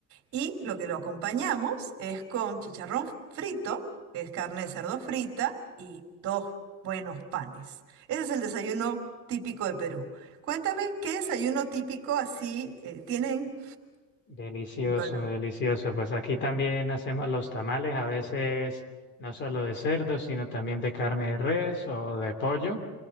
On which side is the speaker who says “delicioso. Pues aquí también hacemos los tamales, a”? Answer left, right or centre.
Left